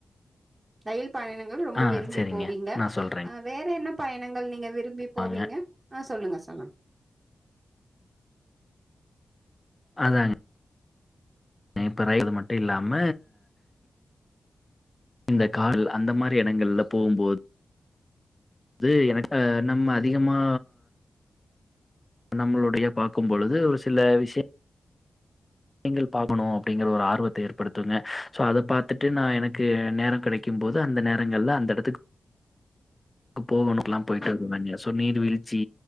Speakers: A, on the right; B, on the left.
A: ரயில் பயணங்கள் ரொம்ப
B: ஆ
A: விரும்பி
B: செரிங்க
A: போவீங்க
B: நா சொல்றேங்க
A: வேற என்ன பயணங்கள், நீங்க விரும்பி போவீங்க.
B: வாங்க
A: ஆ சொல்லுங்க சொல்லுங்க
B: அதாங்க இப்பரைது மட்டு இல்லாம இந்த காரு அந்த மாரி இடங்கள்ல போம்போது, அது எனக்கு நம்ம அதிகமா நம்மளுடைய பாக்கு பொழுது ஒரு சில விஷய நீங்கள் பாக்கணு அப்டிங்கற ஒரு ஆர்வத்த ஏற்படுத்துங்க சோ அத பாத்துட்டு நா எனக்கு நேர கெடைக்கு கு போது அந்த நேரங்கள்ல அந்த இடத்துக்கு போவனக்குல்லா போய்ட்டு வண்டிய சோ நீர் வீழ்ச்சி,